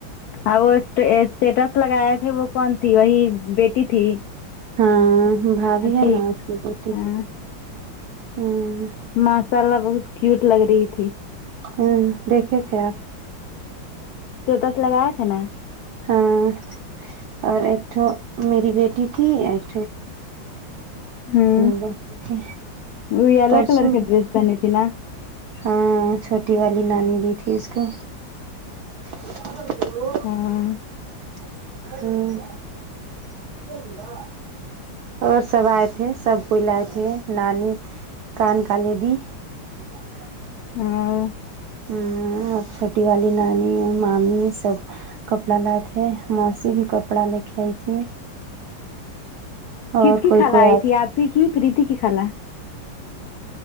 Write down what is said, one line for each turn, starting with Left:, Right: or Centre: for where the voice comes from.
Left: اور وہ اسٹیٹس لگائے تھے وہ کون تھی وہی بیٹی تھی
Right: ہاں بھابھی
Left: اھی
Right: ہے نا اس کی بیٹی
Left: ہاں
Right: ہاں
Left: ماشاللہ بہت کیوٹ لگ رہی تھی
Right: ہوں دیکھے تھے آپ
Left: اسٹیٹس لگاے تھے نا
Right: ہاں ں اور ایک تھو میری بیٹی تھی ایک
Left: ہوں
Right: بہن تھی
Left: وہ یلو
Right: پرسوں
Left: کلر کے ڈریس پہنی تھی نا
Right: ہاں چھوٹی والی نانی دی تھی اس کو <unintelligible>
Left: ہاں
Right: ہوں <unintelligible> اور سب آئے تھے سب کو لاے تھے نانی کان کالے دی <unintelligible>
Left: ہوں
Right: ہوں ں چھوٹی والی نانی مامی سب کپڑا لائے تھے موسی بھی کپڑا لے کے آئی تھی
Left: کس
Right: اور
Left: کی
Right: کوئی
Left: خالہ
Right: کوئی
Left: آئی
Right: آ
Left: تھی آپ کی کی پریتی کی خالہ